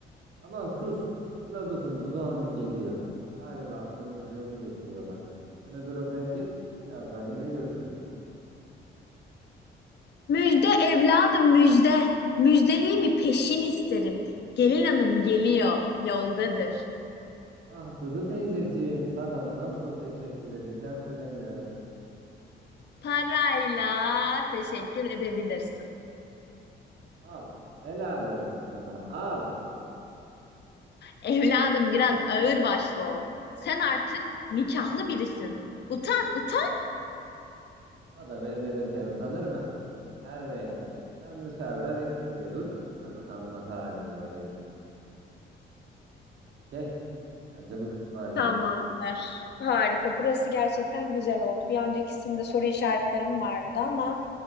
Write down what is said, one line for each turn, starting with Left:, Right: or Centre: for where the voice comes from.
Right: Aman sus. Kılavuzum Dudağanım geliyor. Galiba kumrucuğumu getiriyorlar. Sen öbür odaya geç. Birazdan yine görüşürüz.
Left: Müjde evladım müjde. Müjdeliğimi peşin isterim. Gelin hanım geliyor, yoldadır.
Right: Ah Dudu teyzeciğim sana nasıl teşekkür edeceğim bilemiyorum.
Left: Parayla teşekkür edebilirsin.
Right: Al. Helal olsun sana. Al.
Left: Evladım biraz ağır başlı ol. Sen artık nikahlı birisin. Utan, utan.
Right: Adam evlenirken utanır mı? Her neyse. Sen dışarıda bekleye dur. Ben utanma talimi yapayım. Okey. Bence bu kısmı hallettik.
Left: Tamamdır. Harika. Burası gerçekten güzel oldu. Bir öncekisinde soru işaretlerim vardı ama